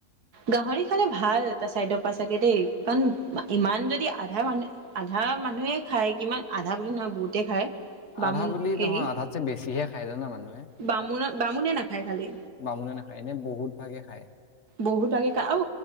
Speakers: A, on the right (about 85°); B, on the left (about 50°).
A: গাহৰি খালে ভাল এটা ছাইডৰ পা চাগে দেই কাৰণ ইমান যদি আধা মানুহ- আধা মানুহে খায় কিমান, আধা বুলি নহয় বহুতে খায়। বামুণ
B: আধা বুলি নহয়
A: এৰি
B: আধাতছে বেছিহে খাই জানা মানুহে।
A: বামুণৰ বামুণে নাখায় খালি
B: বামুণে নাখায় এনে বহুত ভাগে খায়।
A: বহুত ভাগে খা আও